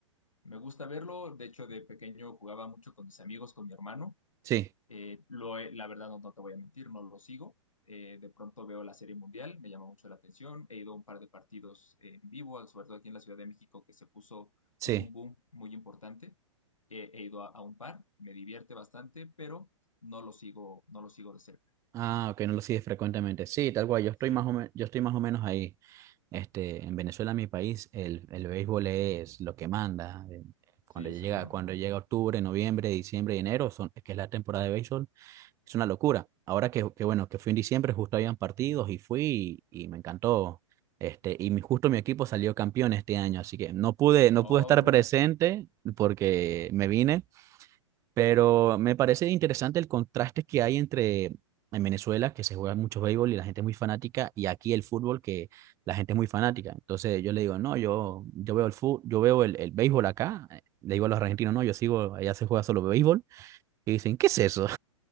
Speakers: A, on the left; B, on the right.
A: Me gusta verlo, de hecho de pequeño jugaba mucho con mis amigos, con mi hermano.
B: Sí,
A: Eh, lo he- la verdad no, no te voy a mentir, no lo sigo. Eh, de pronto veo la Serie Mundial, me llama mucho la atención. He ido a un par de partidos eh, en vivo, sobre todo aquí en la Ciudad de México, que se puso,
B: sí.
A: tuvo un boom muy importante. Eh, he ido a, a un par, me divierte bastante, pero no lo sigo, no lo sigo de cerca.
B: Ah, ok, no lo sigues frecuentemente. Sí, tal cual, yo estoy
A: Sí,
B: más o men- yo estoy más o menos ahí. Este, en Venezuela, mi país, el, el béisbol es lo que manda. Eh, Cuando
A: sí,
B: llega,
A: seguro.
B: cuando llega octubre, noviembre, diciembre y enero, son, que es la temporada de béisbol, es una locura. Ahora que, que bueno, que fui en diciembre, justo habían partidos y fui y, y me encantó. Este, y mi, justo mi equipo salió campeón este año, así que no pude, no
A: Oh,
B: pude estar
A: mira.
B: presente porque me vine, pero me parece interesante el contraste que hay entre en Venezuela, que se juega mucho béisbol y la gente es muy fanática, y aquí el fútbol, que la gente es muy fanática. Entonces yo le digo, no, yo, yo veo el fútbol, yo veo el, el béisbol acá. Le digo a los argentinos, no, yo sigo, allá se juega solo béisbol. Y dicen, ¿qué es eso?